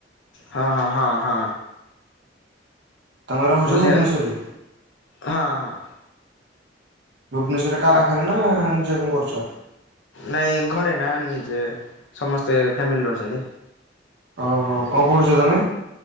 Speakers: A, on the left (about 70°); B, on the right (about 65°).
A: ହଁ ହ ହଁ ହଁ।
B: ତମେ ରହୁଛ
A: ମୁୂଲ୍ୟ
B: ଭୁବନେଶ୍ୱରରେ
A: ହଁ ହଁ
B: ଭୁବନେଶ୍ୱରରେ କାହା ପାଖରେ
A: ଆଁ
B: ନା ନିଜେ କଣ କରୁଛ?
A: ନାଇଁ ଘରେ ନା ଆନି ଯେ ସମସ୍ତେ ଫ୍ୟାମିଲି ରହୁଛନ୍ତି।
B: ଓହୋ କଣ ପଢୁଛ ତମେ?